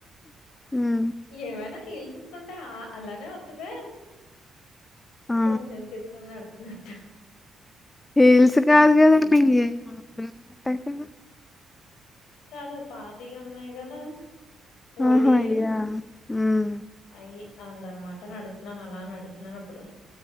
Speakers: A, on the left; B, on the left.
A: ఉమ్
B: ఏమనా గేల్స్ ఏసుకుంటే అలానే వతదా
A: ఆ
B: కొంచం తిప్పుకున్నాడు నట్ట
A: హీల్స్ కాదు కదండి ఇ ఎంటైపోయినయ్
B: కాదు పాతయి ఉన్నాయి కదా ఓల్డియి
A: ఆహా ఆయా హ్మ్
B: అయి అందనమాట నడుతున్నాను అలా నడుతున్నాను అప్పుడు